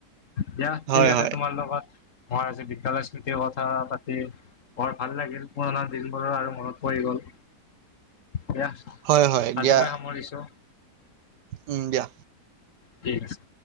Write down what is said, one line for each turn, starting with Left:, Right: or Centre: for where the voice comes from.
Left: দিয়া ঠিক
Right: হয়
Left: আছে।
Right: হয়
Left: তোমাৰ লগত মই আজি বিদ্যালয় চুতিৰ কথা পাতি বৰ ভাল লাগিল। পুৰণা দিনবোৰৰ আৰু মনত পৰি গ'ল। দিয়া
Right: হয় হয়
Left: আজিলে
Right: দিয়া
Left: সামৰিছো।
Right: উম, দিয়া।
Left: ঠিক আছে।